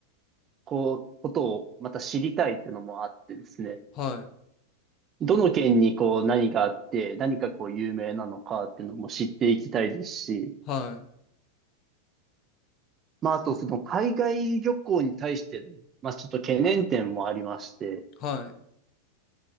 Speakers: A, on the right; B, on the left.
A: こうことをまた知りたいってのもあってですね、
B: はい。
A: どの県にこう何があって何かこう有名なのかっていうのも知っていきたいですし、
B: はい。
A: まああとその海外旅行に対しての、まあちょっと懸念点もありまして、
B: はい。